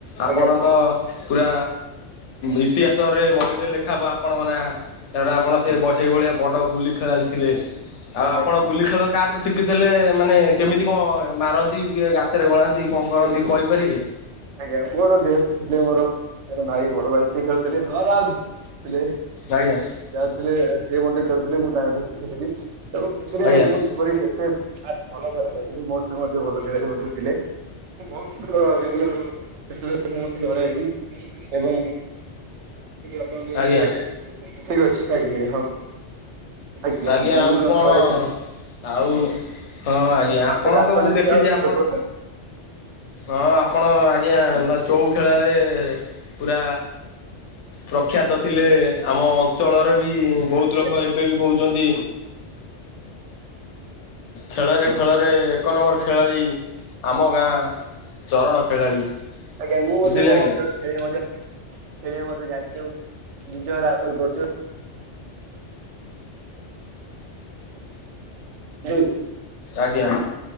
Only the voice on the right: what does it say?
ଆଜ୍ଞା
ଆଜ୍ଞା
ଆଜ୍ଞା
ଆଜ୍ଞା ମୋର ଯେହେତୁ ଥିଲେ ମୋର ଜେ ଭାଇ ବଡ ଭାଇ ସିଏ ଖେଳୁଥିଲେ ହଁ ଯାଉଛି। ପିଲେ
ଯାଉଥିଲେ ସିଏ ମଧ୍ୟ ଖେଳୁଥିଲେ ମୁଁ ତାଙ୍କଠାରୁ ଶିଖୁଥିଲି ତ ସେଥିରେ
ମୁଁ ପୋ ଏତେ ଭଲ ଖେଳାଳି ନଥିଲି ମୋ ସ ମଧ୍ୟ ଭଲ ଖେଳାଳି ମଧ୍ୟ ଥିଲେ। ବହୁତ୍ ଥର ବିଭିନ୍ନ ସେଥି ସମସ୍ତେ ଧର ହେଇଛି ଏବଂ ଆପଣ ଠିକ
ଅଛି ଆଜ୍ଞା ଆଜ୍ଞା ହଉ ଆଜ୍ଞା
ବିଭିନ୍ନ
ଘରେ ଥିଲି
ଆଉ
ସେ ଗାତ
ନାଗି
ଆଉ ସେ
ଲୋକଟା
ଖେଳି।
ଆଜ୍ଞ ମୁଁ ମଧ୍ୟ
ବହୁ
ଅଞ୍ଚଳ ଖେଳିବା ମଧ୍ୟ ଖେଳିବା ମଧ୍ୟ ଯାଇଛି। ବିଜୟ ହାସଲ କରୁଛୁ <unintelligible>